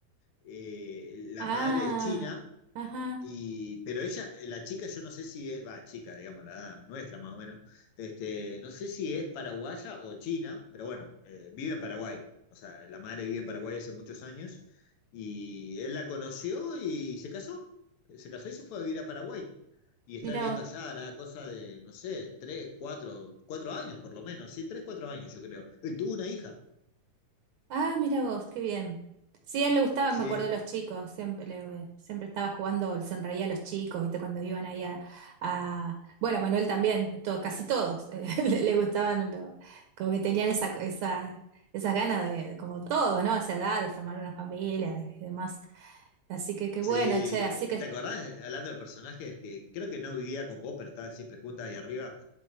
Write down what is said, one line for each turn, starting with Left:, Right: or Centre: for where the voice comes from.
Left: Eh, la
Right: Ah,
Left: madre es china
Right: ajá,
Left: Y, pero ella, eh, la chica, yo no sé si es, va, chica, digamos, la edad nuestra más o menos, este, no sé si es paraguaya o china, pero bueno, eh, vive en Paraguay, o sea, la madre vive en Paraguay hace muchos años, y él la conoció y se casó, se casó y se fue a vivir a Paraguay, y está
Right: mira
Left: viviendo
Right: vos.
Left: allá, hará cosa de, no sé, tres, cuatro, cuatro años por lo menos, sí, tres, cuatro años yo creo, y tuvo una hija,
Right: Ah, mira vos, qué bien. Sí, a él le gustaban,
Left: sí,
Right: me acuerdo, los chicos. Siempre, le- siempre estaba jugando, le sonreía a los chicos, ¿viste? Cuando iban ahí a... a- Bueno, Manuel también, to- casi todos <laughs> eh, le, le gustaban, lo- como que tenían esa, esa, esas ganas de, como todos, ¿no? A esa edad, de formar una familia y demás. Así que qué
Left: Sí,
Right: bueno, che, así que
Left: ¿te acordás, hablando de personajes, que creo que no vivía con vos, pero estaban siempre juntas ahí arriba?